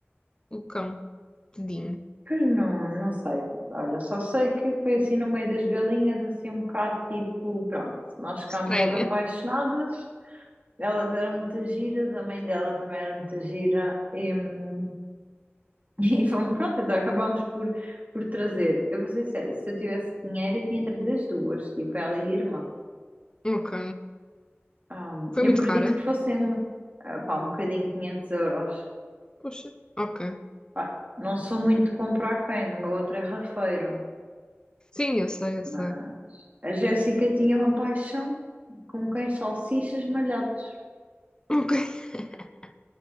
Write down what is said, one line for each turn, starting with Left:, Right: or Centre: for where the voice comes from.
Left: o cão. Tadinho.
Right: Pois não, não sei. Olha, só sei que foi assim no meio das galinhas, assim um bocado tipo, pronto, nós ficámos
Left: Estranha.
Right: logo apaixonadas, elas eram muito giras, a mãe dela também era muito gira, e, hum, <laughs> e fomos, pronto, então acabámos por, por trazer. Eu vou ser sincera, se eu tivesse dinheiro, eu tinha trazido as duas, tipo, ela e a irmã.
Left: Ok.
Right: Ah,
Left: Foi
Right: eu
Left: muito
Right: acredito
Left: cara?
Right: que fossem ah, pá, um bocadinho 500 euros.
Left: Poxa. Ok.
Right: Pá, não sou muito de comprar cães, o meu outro é rafeiro.
Left: Sim, eu sei, eu
Right: Mas
Left: sei.
Right: a Jéssica tinha uma paixão com cães salsichas malhados.
Left: Ok. <laughs>